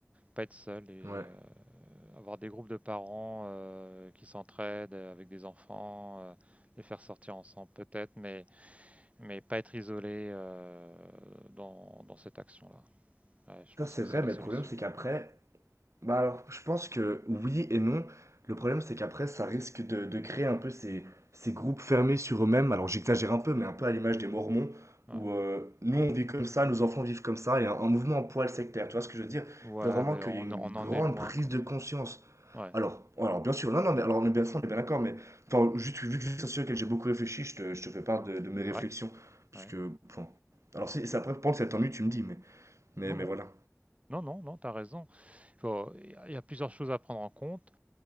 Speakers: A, on the right; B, on the right.
A: Pas être seul et
B: Ouais.
A: heu, avoir des groupes de parents, heu, qui s'entraident, heu, avec des enfants, heu, les faire sortir ensemble peut-être, mais mais pas être isolé, heu, dans dans cette action-là. Ouais, je
B: Ça,
A: pense
B: c'est
A: que
B: vrai,
A: c'est la
B: mais
A: solution.
B: le problème, c'est qu'après, Bah alors, je pense que oui et non. Le problème, c'est qu'après, ça risque de, de créer un peu ces, ces groupes fermés sur eux-mêmes. Alors, j'exagère un peu, mais un peu à l'image des Mormons,
A: Ouais.
B: où euh, nous, on vit comme ça, nos enfants vivent comme ça, et un, un mouvement en poil sectaire. Tu vois ce que je veux dire?
A: Ouais,
B: Je veux vraiment
A: mais
B: qu'il
A: on
B: y ait une
A: on
B: grande
A: en est loin
B: prise
A: quand même.
B: de conscience.
A: Ouais,
B: Alors, alors bien sûr, non, non, mais alors, on est bien, ça, on est bien d'accord, mais enfin, juste vu que c'est un sujet auquel j'ai beaucoup réfléchi, je te, je te fais part de, de mes réflexions.
A: ouais,
B: Parce
A: ouais.
B: que, enfin, alors, c'est c'est après, pendant cette ennui, tu me dis, mais, mais,
A: Non,
B: mais
A: non.
B: voilà.
A: Non, non, non, T'as raison. il y il y a plusieurs choses à prendre en compte.